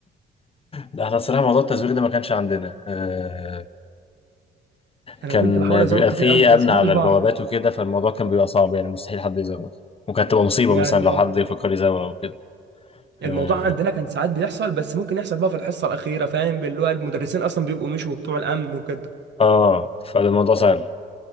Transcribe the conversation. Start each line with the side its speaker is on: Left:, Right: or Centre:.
Left: لا احنا الصراحه موضوع التزوير ده ما كانش عندنا آه
Right: انا
Left: كان
Right: كنت بحاول ازوق
Left: بيبقى فيه
Right: كتير قوي بس
Left: امن
Right: ما
Left: على
Right: كنتش بعرف
Left: البوابات وكده فالموضوع كان بيبقى صعب يعني مستحيل حد يزوغ وكانت تبقى مصيبه
Right: يعني
Left: مثلا لو حد يفكر يزوغ او كده
Right: الموضوع
Left: اه
Right: عندنا كان ساعات بيحصل بس ممكن يحصل بقى في الحصه الاخيره فاهم اللي هو المدرسين اصلا بيبقوا مشوا بتوع الامن وكده
Left: آه، فالموضوع سهل